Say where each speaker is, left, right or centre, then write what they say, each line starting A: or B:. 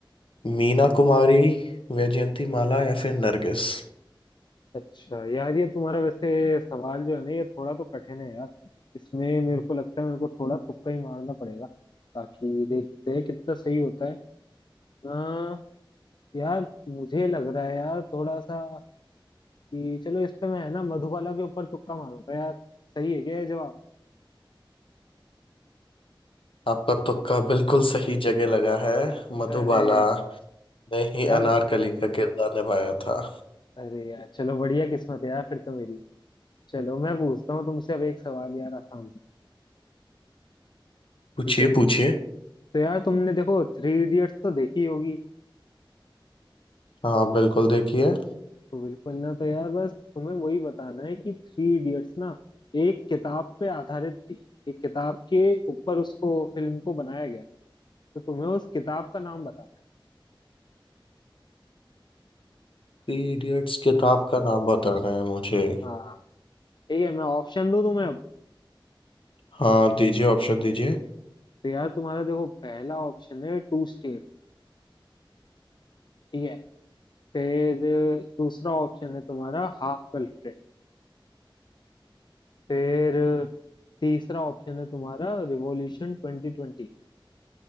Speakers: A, on the left; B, on the left.
A: मीना कुमारी वैजयंती माला या फिर नरगिस
B: अच्छा यार ये तुम्हारा वैसे सवाल जो है ना ये थोड़ा तो कठिन है यार इसमें मेरे को लगता है मेरे को थोड़ा तुक्का ही मारना पड़ेगा ताकि देखते हैं कितना सही होता है आ, यार मुझे लग रहा है यार थोड़ा सा कि चलो इस पे मैं है ना मधुबाला के ऊपर तुक्का मारूंगा यार सही है क्या ये जवाब
A: आपका तुक्का बिल्कुल सही जगह लगा है मधुबाला
B: अरे
A: ने ही
B: यार
A: अनारकली का किरदार निभाया था
B: अरे यार चलो बढ़िया किस्मत है यार फिर तो मेरी चलो मैं पूछता हूँ तुमसे अब एक सवाल यार आसान सा
A: पूछिए
B: ठीक है
A: पूछिए
B: तो यार तुमने देखो थ्री इडियट्स तो देखी होगी
A: हाँ बिल्कुल देखिए
B: तो बिल्कुल ना तो यार बस तुम्हें वही बताना है कि थ्री इडियट्स ना एक किताब पे आधारित थी एक किताब के ऊपर उसको फिल्म को बनाया गया था तो तुम्हें उस किताब का नाम बताना है
A: थ्री इडियट्स किताब का नाम बता रहे हैं मुझे
B: हाँ, ठीक है मैं ऑप्शन दूं तुम्हें अब
A: हाँ दीजिए ऑप्शन दीजिए
B: तो यार तुम्हारा देखो पहला ऑप्शन है टू स्टेट ठीक है फिर अ, दूसरा ऑप्शन है तुम्हारा हाफ कल्ट्री फिर अ, तीसरा ऑप्शन है तुम्हारा रिवॉल्यूशन ट्वेंटी ट्वेंटी